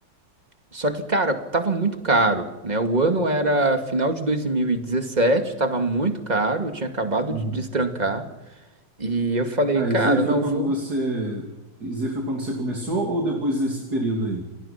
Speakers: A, on the right; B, on the right.
A: Só que, cara, tava muito caro, né? O ano era final de 2017, tava muito caro, eu tinha acabado
B: Uhum.
A: de destrancar. E eu falei,
B: Ah,
A: cara,
B: isso aí foi
A: não,
B: quando
A: vou.
B: você. Isso aí foi quando você começou ou depois desse período aí?